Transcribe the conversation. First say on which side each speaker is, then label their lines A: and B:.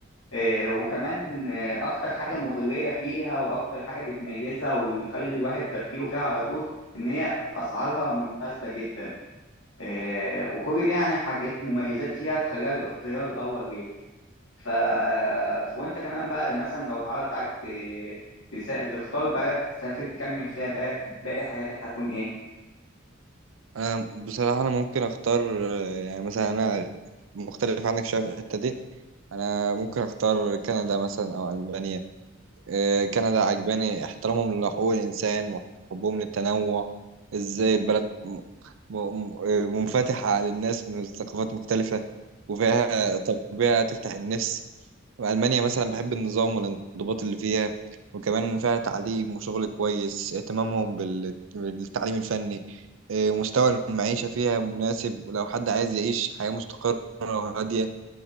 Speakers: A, on the left (about 80°); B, on the right (about 75°).
A: آه، وكمان آه، اكتر حاجه مغريه فيها واكتر حاجه بتميزها ويخلي الواحد تفكيره فيها على طول ان هي اسعارها مناسبه جدا آه، وكل دي يعني حاجات مميزات فيها تخليها الاختيار الاول ليه ف... ف- وانت كمان بقى مثلا لو اتعرض عليك ت- تسا- تختار بلد تسافر تكمل فيها بقى باقي حياتك هتكون ايه
B: انا بصراحة انا ممكن اختار آه، يعني مثلا انا مختلف عنك شوية في الحتة دي انا ممكن اختار كندا مثلا او المانيا إيه، كندا عجباني احترامهم لحقوق الانسان وحبهم للتنوع ازاي البلد م- م- م- آه، منفتحة على الناس من ثقافات مختلفة وفيها طبيعة تفتح النفس ألمانيا مثلا بحب النظام والانضباط اللي فيها وكمان فيها تعليم وشغل كويس اهتمامهم بال- بالتعليم الفني إيه، مستوى المعيشة فيها مناسب ولو حد عايز يعيش حياة مستقرة وهادية